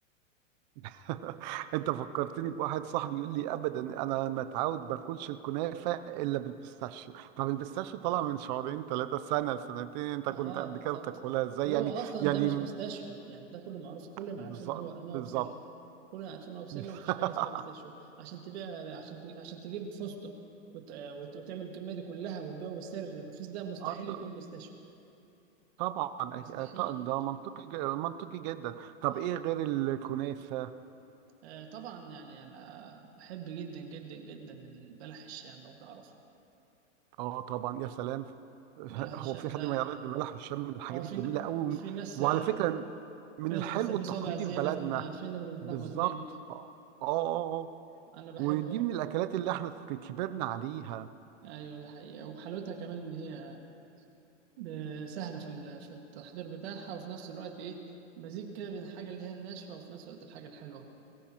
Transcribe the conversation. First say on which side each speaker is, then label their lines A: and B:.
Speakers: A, on the right; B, on the right.
A: <laughs> انت فكرتني بواحد صاحبي يقول لي ابدا انا متعود باكلش الكنافه الا بالبيستاشيو طب البيستاشيو طالع من شهرين ثلاثه سنه سنتين انت كنت
B: اه
A: قبل
B: بالظبط
A: كده بتاكلها ازاي
B: هو
A: يعني
B: اصلا
A: يعني
B: ده مش بيستاشيو يعني ده كله معروف كلنا
A: بالظ-
B: عارفين ان هو ان هو
A: بالظبط
B: بسلة كلنا عارفين ان هو بسلة
A: <laughs>
B: ومفيش حاجة اسمها بيستاشيو عشان تبيع عشان تجيب عشان تجيب فستق وت... وت... وتعمل الكمية دي كلها وتبيعه بالسعر الرخيص ده مستحيل
A: آه، ط-
B: يكون بيستاشيو
A: طبعا
B: مستحيل
A: أك- آه، ط- ده منطقي ج- منطقي جدا طب
B: اه
A: ايه غير الكنافه
B: آه، طبعا يعني انا بحب جدا جدا جدا البلح الشام لو تعرف
A: اه طبعا يا سلام <laughs>
B: بلح
A: هو
B: الشام
A: في حد
B: ده
A: ما يرد بلح والشام من الحاجات
B: هو في
A: الجميله
B: ن-
A: قوي
B: في ناس
A: وعلى فكره من
B: في ناس
A: الحلو
B: بتسميه
A: التقليدي
B: صابع زينب
A: في بلدنا
B: ففي ناس بتتلخبط
A: بالظبط
B: بينه
A: اه اه آه، آه.
B: انا بحب
A: ودي من الاكلات اللي احنا كبرنا عليها
B: ايوه ده حقيقة وحلاوتها كمان ان هي ب- سهلة في ال- في التحضير بتاعها وفي نفس الوقت ايه مزيج كده بين الحاجة اللي هي الناشفة وفي نفس الوقت الحاجة الحلوة